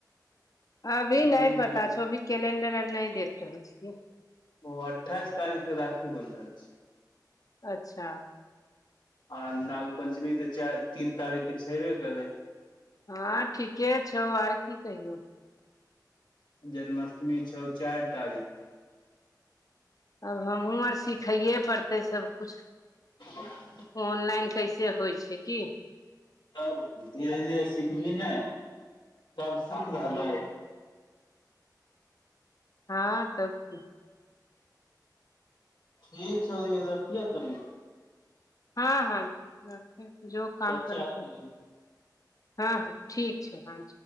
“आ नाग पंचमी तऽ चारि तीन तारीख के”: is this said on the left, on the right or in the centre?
Left